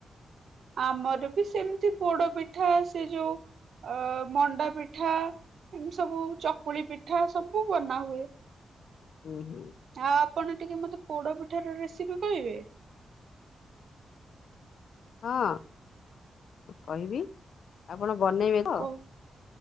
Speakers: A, on the right; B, on the left.
A: ଆମର ବି ସେମ୍ତି ପୋଡପିଠା ସେ ଯୋଉ ଅ ମଣ୍ଡା ପିଠା ଏମ୍ତି ସବୁ ଚକୁଳି ପିଠା ସବୁ ବନା ହୁଏ।
B: ହୁଁ-ହୁଁ
A: ହଁ ଆପଣ ଟିକେ ମତେ ପୋଡ ପିଠା ର ରେସିପି କହିବେ?
B: ହଁ, କହିବି ଆପଣ ବନେଇବେ ତ
A: କହୁ